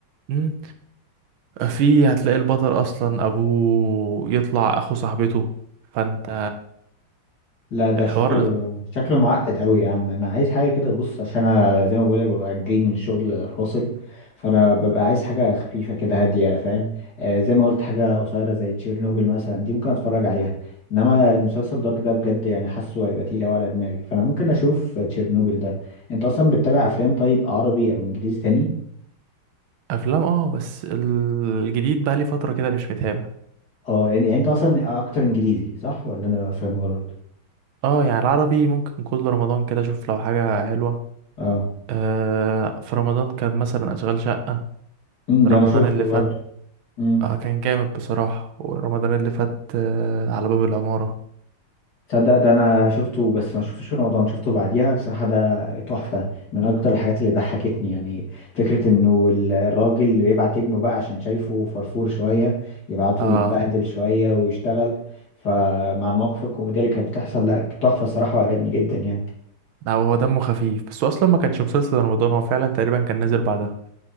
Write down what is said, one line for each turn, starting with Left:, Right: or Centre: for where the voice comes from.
Right: مم، في هتلاقي البطل أصلا أبوه يطلع أخو صاحبته فأنت
Left: لا ده
Right: الحوار
Left: شكله شكله معقد قوي يا عم انا عايز حاجه كده بص عشان انا زي ما بقولك ببقى جاي من الشغل فاصل فانا ببقى عايز حاجه خفيفه كده هاديه فاهم آه زي ما قلت حاجه قصيره زي تشيرنوبل مثلا دي ممكن اتفرج عليها انما المسلسل دارك ده بجد يعني حاسه هيبقى تقيل قوي على دماغي فانا ممكن اشوف تشيرنوبل ده انت اصلا بتتابع افلام طيب عربي او انجليزي تاني
Right: أفلام اه بس الجديد بقى لي فترة كده مش متابع
Left: اه يعني يعني انت اصلا اكتر انجليزي صح ولا انا فاهم غلط
Right: اه يعني العربي ممكن كل رمضان كده أشوف لو حاجة حلوة
Left: اه
Right: آه في رمضان كان مثلا أشغال شقة
Left: أمم، ده
Right: رمضان
Left: انا شفته
Right: اللي فات
Left: برضه أمم.
Right: اه كان جامد بصراحة ورمضان اللي فات آه، على باب العمارة
Left: تصدق ده انا شفته بس ما شفتوش في رمضان شفته بعديها صراحة ده تحفة من اكتر الحاجات اللي ضحكتني يعني فكرة انه ال- الراجل اللي يبعت ابنه بقى عشان شايفه فرفور شوية يبعته
Right: اه
Left: يتبهدل شوية ويشتغل فمع المواقف الكوميدية اللي كانت بتحصل لا تحفة الصراحة وعجبني جدا يعني
Right: لا هو دمه خفيف بس هو اصلا ما كانش مسلسل رمضان هو فعلا تقريبا كان نزل بعدها